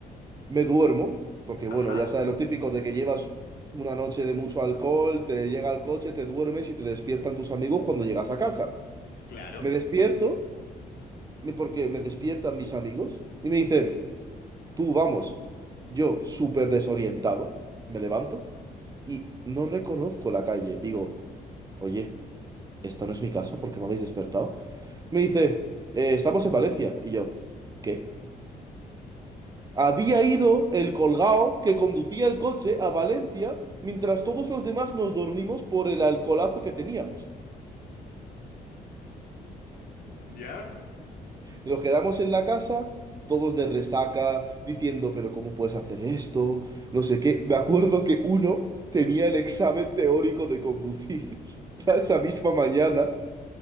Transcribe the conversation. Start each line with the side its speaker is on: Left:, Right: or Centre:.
Right: Me duermo, porque bueno,
Left: Ajá,
Right: ya sabes lo típico de que llevas una noche de mucho alcohol, te llega al coche, te duermes y te despiertan tus amigos cuando llegas a casa.
Left: claro.
Right: Me despierto, me- porque me despiertan mis amigos y me dicen, tú vamos. Yo, súper desorientado, me levanto y no reconozco la calle. Digo, oye, esta no es mi casa porque me habéis despertado. Me dice, "Eh, estamos en Valencia. Y yo, ¿qué? Había ido el colgao que conducía el coche a Valencia mientras todos los demás nos dormimos por el alcoholazo que teníamos.
Left: ¿Ya?
Right: Nos quedamos en la casa, todos de resaca, diciendo, pero ¿cómo puedes hacer esto? No sé qué. Me acuerdo que uno tenía el examen teórico de conducir <laughs> esa misma mañana